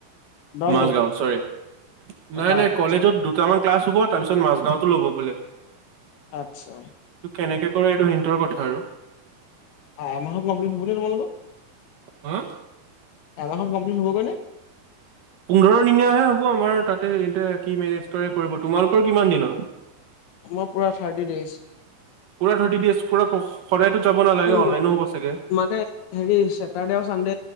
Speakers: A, on the left (about 85°); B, on the right (about 65°).
A: দৰং
B: মাজগাঁৱত,
A: কলেজতে,
B: চৰি।
A: অ',
B: নাই,
A: তাত
B: নাই,
A: আচ্ছা,
B: কলেজত দুটামান ক্লাছ হ'ব তাৰপিছত মাজগাওতো ল'ব বোলে।
A: আত্ছা।
B: ত কেনেকে কৰে এইটো হিন্তৰ কথা আৰু।
A: এমাহত গমপ্লিট হ'বনে তোমালোক
B: হা
A: এমাহত। হ'ব, কনে
B: পোন্ধৰ দিনীয়াহে হ'ব আমাৰ তাতে এ, কি, মেনেজ কৰে কৰিব তোমালোকৰ কিমান দিনৰ
A: মই পুৰা থাৰ্টি ডেইজ।
B: পুৰা থটিজ, পুৰা সদায়তো যাব নালাগে,
A: উম।
B: অনলাইনো হ'ব চাগে।
A: মানে হেৰি চেটাৰডে আৰু চানডে,